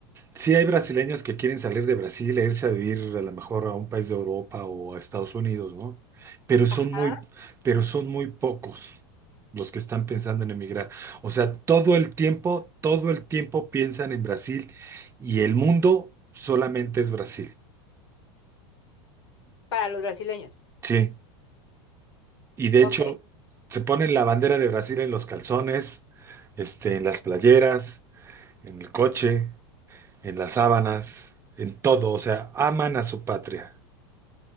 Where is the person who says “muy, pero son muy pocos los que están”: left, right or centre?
Right